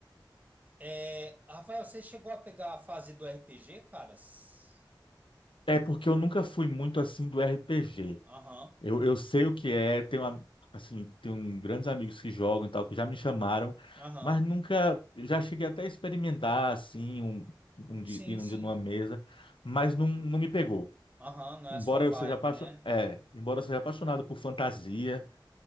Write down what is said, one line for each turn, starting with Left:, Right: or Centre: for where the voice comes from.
Right: É, Rafael, você chegou a pegar a fase do RPG, caras?
Left: É porque eu nunca fui muito assim do RPG.
Right: Aham.
Left: Eu, eu sei o que é, tenho, am- assim, tenho grandes amigos que jogam e tal, que já me chamaram,
Right: Aham.
Left: mas nunca, já cheguei até a experimentar assim, um, um dia,
Right: Sim,
Left: ir
Right: sim.
Left: um dia numa mesa, mas não, não me pegou.
Right: Aham, não
Left: Embora
Right: é a sua vibe,
Left: eu seja apaixo...
Right: né?
Left: é, embora eu seja apaixonado por fantasia